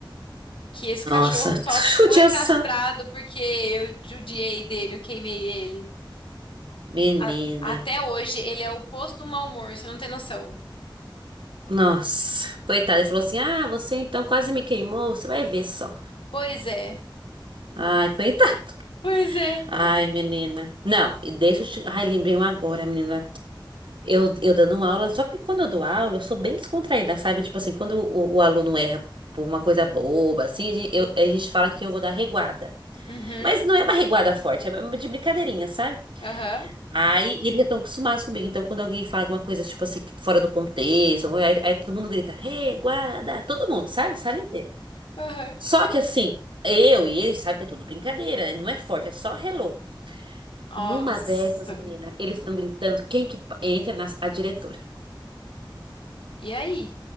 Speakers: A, on the left (about 80°); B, on the right (about 70°).
A: que esse cachorro
B: Nossa,
A: só
B: <laughs>
A: foi
B: judiação.
A: castrado porque eu judiei dele, eu queimei ele.
B: Menina.
A: A- até hoje, ele é o oposto do mau humor, você não tem noção.
B: Nossa. Coitado. Ele falou assim: Ah, você então quase me queimou. Você vai ver só.
A: Pois é,
B: Ai, coitado.
A: pois é.
B: Ai, menina. Não, e deixa eu te. Ai, lembrei um agora, menina. Eu, eu dando aula, só que quando eu dou aula, eu sou bem descontraída, sabe? Tipo assim, quando o, o aluno erra por uma coisa boba, assim, a gente, eu- a gente fala que eu vou dar reguada.
A: Uhum,
B: Mas não é uma reguada forte, é uma de brincadeirinha, sabe?
A: aham,
B: Aí eles já estão acostumados comigo. Então, quando alguém fala alguma coisa, tipo assim, que fora do contexto, ou aí, aí todo mundo grita, reguada, todo mundo, sabe? Sala inteira.
A: aham.
B: Só que assim, eu e eles sabem que é tudo brincadeira, né? Não é forte, é só hello.
A: Nossa.
B: Numa dessas, menina, eles estão gritando, quem que pa- entra na, a diretora.
A: E aí?